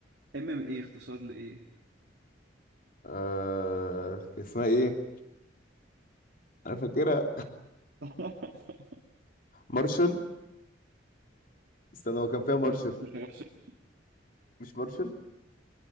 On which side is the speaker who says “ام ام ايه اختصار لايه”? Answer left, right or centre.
Right